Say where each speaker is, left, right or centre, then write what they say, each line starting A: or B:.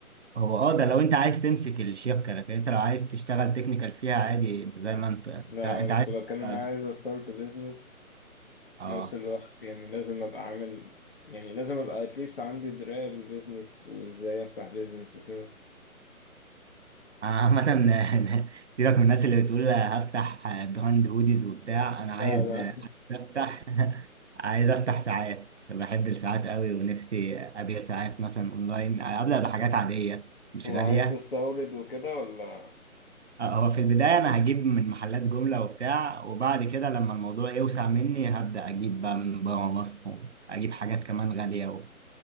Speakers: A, on the right (about 50°); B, on the left (about 40°).
A: هو اه ده لو انت عايز تمسك الشبكة لكن انت لو عايز تشتغل تكنيكال فيها عادي انت زي
B: <laughs>
A: ما انت انت,
B: لا
A: انت
B: أنا
A: عايز
B: كنت بتكلم إن
A: اه
B: أنا عايز أستارت بيزنس في
A: آه.
B: نفس الوقت يعني لازم ابقى عامل يعني لازم ابقى اتليست عندي دراية بالبيزنس وازاي افتح بيزنس وكده
A: عامة <laughs> سيبك من الناس اللي بتقول هفتح براند هوديز وبتاع انا عايز
B: لا لا
A: افتح عايز افتح ساعات بحب الساعات قوي ونفسي ابيع ساعات مثلا اونلاين ابدا بحاجات عاديه
B: <laughs>
A: مش
B: وعايز
A: غاليه
B: تستورد وكده ولا
A: آه، هو في البدايه انا هجيب من محلات جمله وبتاع وبعد كده لما الموضوع يوسع مني هبدا اجيب بقى من بره مصر اجيب حاجات كمان غاليه و-